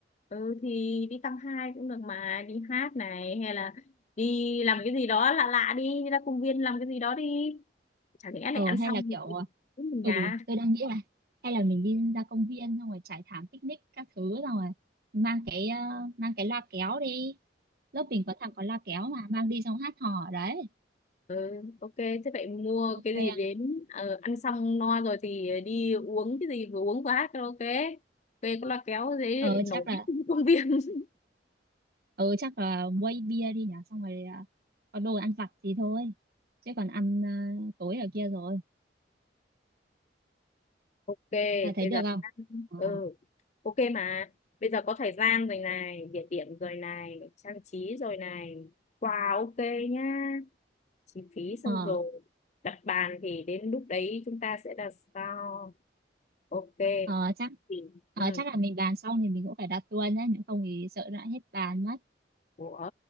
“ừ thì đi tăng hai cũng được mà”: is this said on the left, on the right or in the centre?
Left